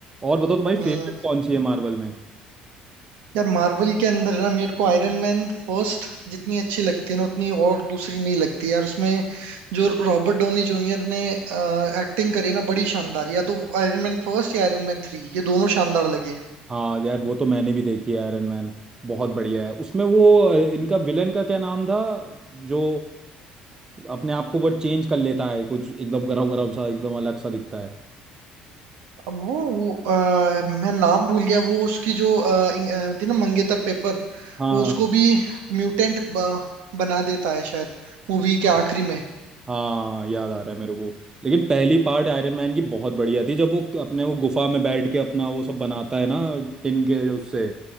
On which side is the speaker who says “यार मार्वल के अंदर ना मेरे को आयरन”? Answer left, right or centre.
Right